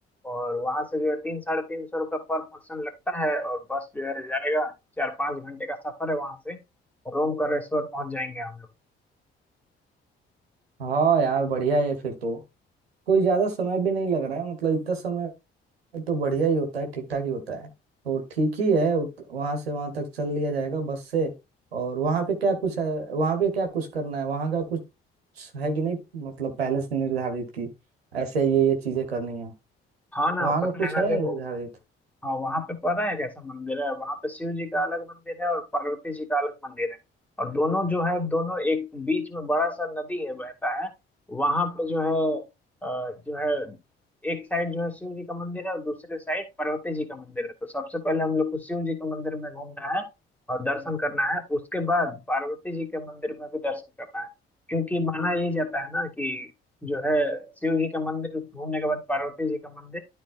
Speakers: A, in the centre; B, on the right (about 80°).
A: और वहाँ से जो है तीन साढ़े तीन सौ रुपये पर पर्सन लगता है और बस जो है जाएगा चार पाँच घंटे का सफर है वहाँ से और ओमकारेश्वर पहुँच जाएंगे हम लोग
B: हाँ यार बढ़िया है फिर तो कोई ज्यादा समय भी नहीं लग रहा है मतलब इतना समय तो बढ़िया ही होता है ठीक ठाक ही होता है तो ठीक ही है उत- वहाँ से वहाँ तक चल लिया जाएगा बस से और वहाँ पे क्या कुछ है वहाँ पे क्या कुछ करना है वहाँ का कुछ है कि नहीं मतलब पहले से निर्धारित की ऐसे ये ये चीजें करनी है
A: हाँ ना
B: वहाँ
A: पता
B: का कुछ
A: है ना
B: है
A: देखो
B: निर्धारित
A: हाँ वहां पे पता है कैसा मंदिर है वहां पे शिव जी का अलग मंदिर है और पार्वती जी का अलग मंदिर है और दोनों जो है दोनों एक बीच में बड़ा सा नदी है बहता है वहां पे जो है अ, जो है एक साइड जो है शिव जी का मंदिर है और दूसरे साइड पार्वती जी का मंदिर है तो सबसे पहले हम लोग को शिव जी के मंदिर में घूमना है और दर्शन करना है उसके बाद पार्वती जी के मंदिर में भी दर्शन करना है क्योंकि माना ये जाता है ना कि जो है शिव जी का मंदिर घूमने के बाद पार्वती जी का मंदिर